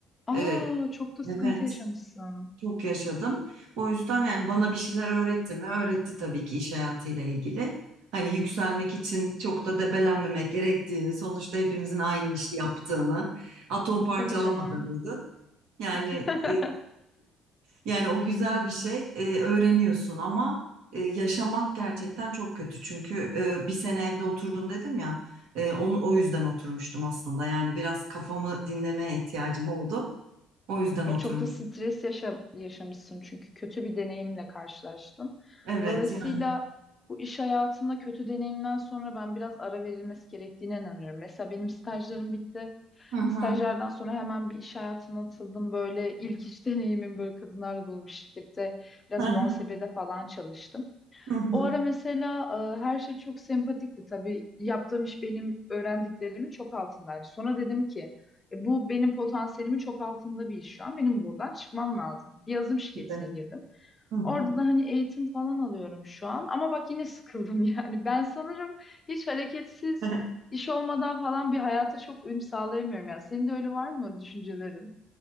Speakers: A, on the left; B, on the right.
A: Aa
B: Eee,
A: çok da sıkıntı
B: Evet.
A: yaşamışsın.
B: Çok yaşadım. O yüzden yani bana bir şeyler öğretti mi? Öğretti tabii ki iş hayatıyla ilgili. Hani yükselmek için çok da debelenmemek gerektiğini, sonuçta hepimizin aynı işi yaptığını, atom parçalamadığımızı.
A: Tabii canım.
B: Yani
A: <laughs>
B: e, yani o güzel bir şey e, öğreniyorsun ama e, yaşamak gerçekten çok kötü. Çünkü e, bir sene evde oturdum dedim ya. e, onu o yüzden oturmuştum aslında. Yani biraz kafamı dinlemeye ihtiyacım oldu. O yüzden
A: Ya
B: oturmuştum.
A: çok da stres yaşa yaşamışsın çünkü kötü bir deneyimle karşılaştın.
B: Evet
A: Dolayısıyla
B: yani.
A: bu iş hayatında kötü deneyimden sonra ben biraz ara verilmesi gerektiğine inanıyorum. Mesela benim stajlarım bitti.
B: Hı hı.
A: Stajlardan sonra hemen bir iş hayatına atıldım. Böyle ilk iş deneyimim böyle kadınlarla dolu bir şirkette biraz
B: <laughs>
A: muhasebede falan çalıştım.
B: Hı hı.
A: O ara mesela e, her şey çok sempatikti tabii. Yaptığım iş benim öğrendiklerimin çok altındaydı. Sonra dedim ki "E, bu benim potansiyelimin çok altında bir iş şu an. Benim buradan çıkmam lazım. Bir yazılım şirketine
B: Bir de.
A: girdim.
B: Hı hı.
A: Orada da hani eğitim falan alıyorum şu an. Ama bak yine sıkıldım <laughs> yani. Ben sanırım hiç hareketsiz
B: <laughs>
A: iş olmadan falan bir hayata çok uyum sağlayamıyorum ya. Senin de öyle var mı düşüncelerin?